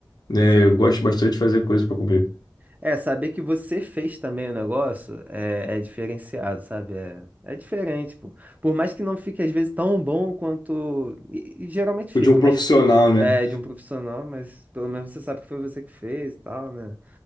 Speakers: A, on the left; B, on the right.
A: né?
B: sim.
A: Eu gosto bastante de fazer coisa pra comer.
B: É, saber que você fez também o negócio é, é diferenciado, sabe? É, é diferente, pô. Por mais que não fique, às vezes, tão bom quanto. E, e geralmente fica,
A: O De um profissional,
B: mas
A: né?
B: é de um profissional, mas pelo menos você sabe que foi você que fez e tal, né?